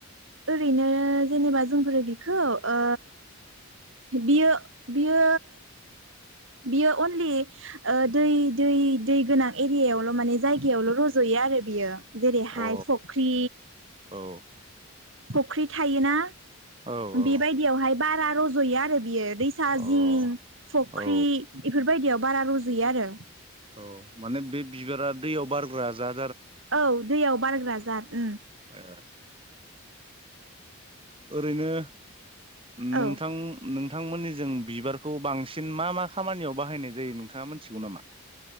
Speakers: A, on the right; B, on the right.
A: ओरैनो जेनेबा जोंफोरो बिखौ ओ बियो बियो बियो अनलि ओ दै दै दै गोनां एरियायावल माने जायगायावल रजयो आरो बियो। जेरैहाय
B: अ
A: फख्रि
B: औ।
A: फुख्रि थायोना?
B: औ
A: बेबायदियावहाय बारा रजयो आरो बियो। दैसा
B: अ
A: जिं फख्रि
B: औ
A: एफोरबायदियाव बारा रजयो आरो।
B: औ माने बे बिबारा दैयाव बारग्रा जा
A: औ दैयाव बारायग्रा जाथ
B: <unintelligible> ओरैनो नोंथां
A: औ
B: नों नोंथांमोननि जों बिबारखौ बांसिन मा मा खामानियाव बाहायनाय जायो नोंथाङा मिथिगौ नामा।